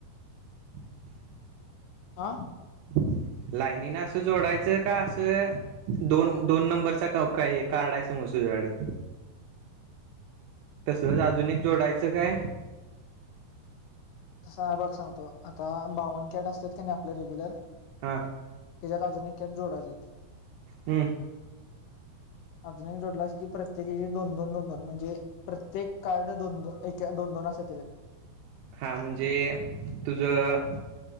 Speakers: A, on the right (about 80°); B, on the left (about 80°).
A: <unintelligible>
B: हा
A: <inaudible> लाईनीनं असं जोडायचं का असं, दोन दोन नंबरचा क काय कार्ड हाय समज तुझ्याकडं, तसलंच अजून एक जोडायचं काय?
B: तसा बघ सांगतो, आता बावन कॅट असतात का नाही आपले रेग्युलर
A: हा.
B: त्याच्यात अजून एक कॅट जोडायचेत.
A: हम्म
B: अजून एक जोडलास कि प्रत्येकी दोन दोन दोन दोन म्हणजे, प्रत्येक कार्ड दोन एक दोन दोन असत्यात त्याच्यात.
A: हा म्हणजे, तुझं